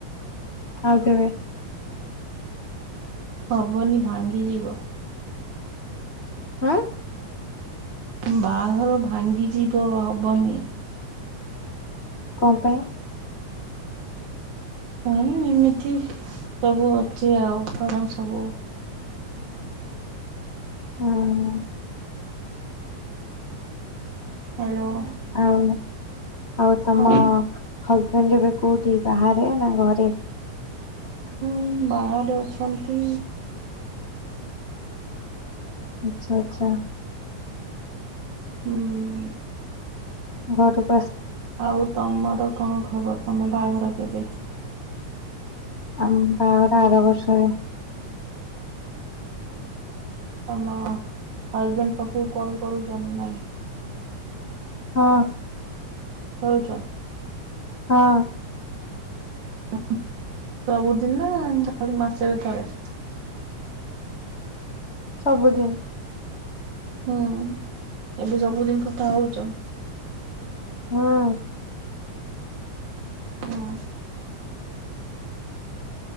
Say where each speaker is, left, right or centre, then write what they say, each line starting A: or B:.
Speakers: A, on the left; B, on the right.
A: ଆଉ କେବେ?
B: ହବନି, ଭାଙ୍ଗି ଯିବ।
A: ହୁଁ।
B: ବାହାଘର ଭାଙ୍ଗିଯିବ, ହବନି।
A: କଣ ପାଇଁ?
B: ହଁ, ଇମିତି ସବୁ ଅଛି ଆଉ, ପ୍ରବ୍ଲମ ସବୁ
A: ହଁ।
B: ହ୍ୟାଲୋଁ।
A: ଆଉ, ଆଉ ତମ
B: ହଁ।
A: ହଜ୍ ଏନ୍ଜେବେ କୋଉଠି ବାହାରେ ନା ଘରେ?
B: ହୁଁ, ବାହାରେ ଅଛନ୍ତି।
A: ଆଚ୍ଛା, ଆଚ୍ଛା।
B: ହୁଁ
A: ଘରେ
B: ଆଉ ତମର କଣ ଖବର! ତମ ବାହାଘର କେବେ?
A: ଆମ ବାହାଘର ଆର ବର୍ଷରେ।
B: ମାଁ ହଜ୍ ବେଣ୍ଡ ପାଖକୁ କଲ୍ କରୁଛନ ନାଇଁ?
A: ହଁ।
B: କହୁଚ।
A: ହଁ।
B: <inaudible> ସବୁଦିନ ନା <inaudible> ମାସାରେ ଥରେ।
A: ସବୁଦିନ।
B: ହୁଁ, ଏବେ ସବୁଦିନ କ ଥା ହଉଛ।
A: ହୁଁ
B: ହୁଁ।